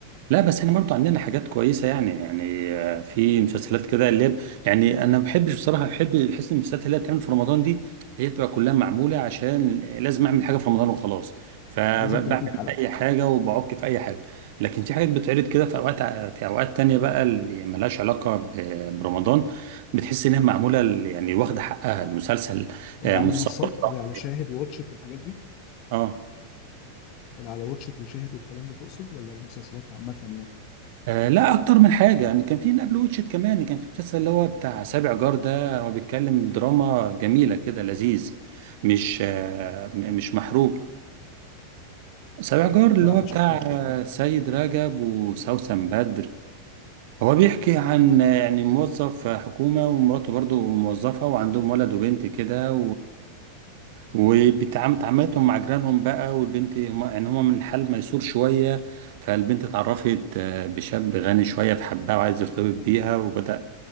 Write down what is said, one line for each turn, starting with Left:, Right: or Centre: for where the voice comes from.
Right: لا بس احنا برضو عندنا حاجات كويسة يعني يعني آه، في مسلسلات كده اللي هي- ب- يعني انا ما بحبش بصراحة بحب بحس إن المسلسلات اللي هي بتعمل في رمضان دي هي بتبقى كلها معمولة عشان لازم اعمل حاجة في رمضان وخلاص فبعمل
Left: لازم 30 حلقه
Right: اي حاجة وبعك في اي حاجة لكن في حاجات بتعرض كده في اوقات ع- في اوقات تانية بقى اللي ملهاش علاقة ب- برمضان بتحس انها معمولة ال- يعني واخدة حقها المسلسل
Left: اللي
Right: آه،
Left: على
Right: متصور
Left: المنصات
Right: صح.
Left: زي على شاهد وواتشت والحاجات دي
Right: اه
Left: اللي على واتشت وشاهد والكلام ده تقصد ولا المسلسلات عامة يعني
Right: آه لا اكتر من حاجه يعني كان في نابل ووتشت كمان كان في مسلسل اللي هو بتاع سابع جار ده هو بيتكلم دراما جميله كده لذيذ مش آه م- مش محروق سابع جار اللي
Left: لا
Right: هو
Left: ما
Right: بتاع
Left: شفتوش
Right: آه،
Left: ده
Right: سيد رجب وسوسن بدر هو بيحكي عن آه، يعني موظف حكومه ومراته برضو موظفه وعندهم ولد وبنت كده وبتعاملتهم مع جيرانهم بقى والبنت هم ان هم من حال ميسور شويه فالبنت اتعرفت آه، بشاب غني شويه فحبها وعايز يرتبط بيها وبدأ